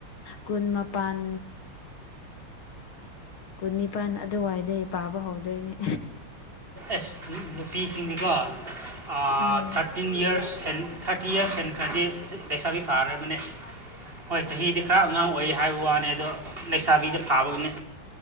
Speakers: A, on the left; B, on the right.
A: ꯀꯨꯟ ꯃꯄꯥꯟ ꯀꯨꯟ ꯅꯤꯄꯥꯥꯟ ꯑꯗꯨꯋꯥꯏꯗꯩ ꯄꯥꯕ ꯍꯧꯗꯣꯏꯅꯦ
B: ꯑꯦꯁ ꯅꯨꯄꯤꯁꯤꯡꯗꯤꯀꯣ ꯑꯥ
A: ꯎꯝ
B: ꯊꯥꯔꯇꯤꯟ ꯌ꯭ꯔꯁ ꯑꯟ ꯊꯥꯔꯇꯤ ꯌ꯭ꯔꯁ ꯍꯦꯟꯈ꯭ꯔꯗꯤ ꯂꯩꯁꯥꯕꯤ ꯐꯥꯔꯕꯅꯦ ꯍꯣꯏ ꯆꯍꯤꯗꯤ ꯈꯔ ꯑꯉꯥꯡ ꯑꯣꯏ ꯍꯥꯏꯕ ꯋꯥꯅꯦ ꯗꯨ ꯂꯩꯁꯥꯕꯤꯗꯤ ꯐꯥꯕꯅꯦ